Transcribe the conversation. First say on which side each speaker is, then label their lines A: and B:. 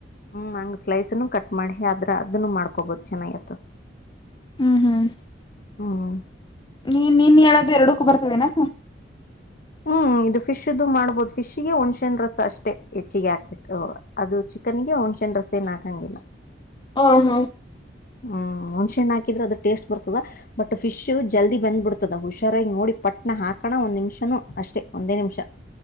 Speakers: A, on the left; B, on the left.
A: ಹ್ಞೂ ಹಂಗೆ ಸ್ಲೈಸನ್ನುೂ ಕಟ್ ಮಾಡಿ ಆದ್ರೆ ಅದನ್ನು ಮಾಡ್ಕೊಬೋದು ಚೆನ್ನಾಗಿತ್ತು.
B: ಹ್ಮ್ ಹ್ಮ್.
A: ಹ್ಮ.
B: ನೀ ನೀನ್ ಹೇಳದು ಎರಡಕ್ಕೂ ಬರ್ತೋದೇನಕ್ಕ.
A: ಹ್ಮ್ ಇದು ಫಿಶ್ ಇ ಮಾಡ್ಬಹುದು ಫಿಶ್ಗೆ ಒಣ್ೆನ್ ರಸ ಅಷ್ಟೇ ಹೆಚ್ಚಿಗೆ ಹಾಕ್ಬೇಕು ಅದು ಚಿಕನ್ಿಗೆ ಒ್. ಶೆಂಡ್ರಸೆ ನಕಂಗಿಲ್ಲ.
B: ಹ ಹಾ.
A: ಹ್ಮ್ ಹುಣಸೆ ಹಣ್ಣು ಹಾಕಿದ್ರೆದ ಟೇಸ್ಟ್. ಬರ್ತದ ಬಟ್ ಫಿಶ್ ಜಲ್ದಿ ಬಂದ್ಬಿಡ್ತದ ಹುಷಾರಾಗಿ ನೋಡಿ ಪಟ್ನ ಹಾಕಣ ಒಂದ್ ನಿಮಿಷನುೂ ಅಷ್ಟೇ. ಒಂದೇ ನಿಮಿಷ